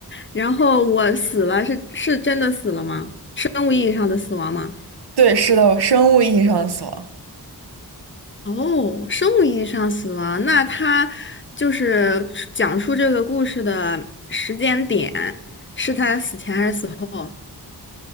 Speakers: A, on the left; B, on the right.
A: 然后我死了是是真的死了吗？生物意义上的死亡吗？
B: 对，是的，生物意义上的死亡。
A: 哦，生物意义上死亡，那他就是讲述这个故事的时间点，是他死前还是死后？